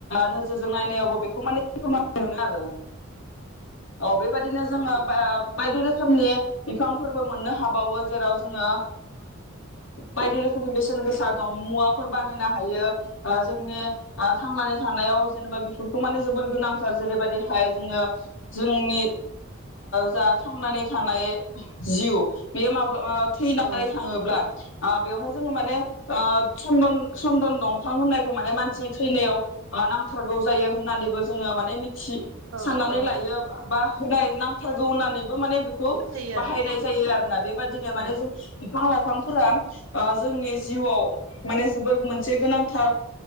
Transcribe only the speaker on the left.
नोजोरजों नायनायावबो बेखौ माने फोरमान मोनो आरो औ बेबायदिनो जोङो बायदि रोखोमनि बिफांफोरबो मोननो हाबावो जेराव जोङो बायदि रोखोमनि बेसेन गोसा दं मुवाफोर बानायनो हायो। जोंनि थांनानै थानायाव जेनेबा बेफोरखौ माने जोबोर गोनांथार जेरैबायदिहाय जोङो जोंनि जा थांनानै थानाय जिउ' बे माब्लाबा थैनानै
थाङोब्ला बेवहाय जोङो माने सन्दन-सन्दन दंफां होननायखौ माने मानसि थैनायाव नांथारगौ जायो। होननानैबो जोङो माने
साननानै
लायो बा होनाय नांथारगौ होननानैबो माने बेखौ बाहायनाय
जायो आरोना बेबादिनो
माने जों बिफां-लाइ बिफांफोरा जोंनि जिउआव माने जोबोर मोनसे गोनांथार